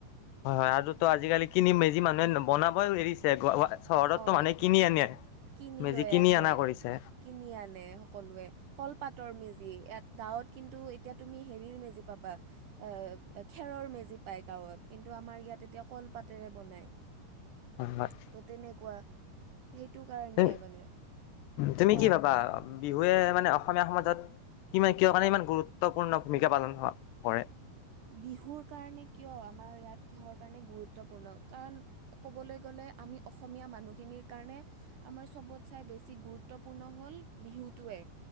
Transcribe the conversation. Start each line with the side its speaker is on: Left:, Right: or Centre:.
Left: হয় হয় আৰু তো আজিকালি কিনি মেজি মানুহে ন- বনাবই এৰিছে। চহৰততো
Right: অ
Left: মানুহে কিনি আনে।
Right: কিনি
Left: মেজি
Right: লৈ আহে
Left: অনা কৰিছে
Right: কিনি আনে সকলোৱে কল- পাতৰ মেজি ইয়াত গাঁৱত কিন্তু এতিয়া তুমি হেৰিৰ মেজি পাবা- এ খেৰৰ মেজি- পাই গাঁৱত কিন্তু আমাৰ ইয়াত এতিয়া কলপাতেৰে বনায়।
Left: অ হয়।
Right: ত' তেনেকুৱা। সেইটো কাৰণে
Left: এ
Right: মানে
Left: তুমি
Right: কোৱা
Left: কি ভাবা বিহুৱে- মানে অসমীয়া সমাজত ইমান কিহৰ কাৰণে ইমান গুৰুত্বপূৰ্ণ ভূমিকা পালন হ কৰে?
Right: বিহুৰ কাৰণে কিয় আমাৰ ইয়াত কিহৰ কাৰণে গুৰুত্বপূৰ্ণ কাৰণ ক'বলৈ গ'লে আমি অসমীয়া মানুহখিনিৰ কাৰণে আমাৰ চবত চাই বেছি গুৰুত্বপূৰ্ণ হ'ল বিহুটোৱে।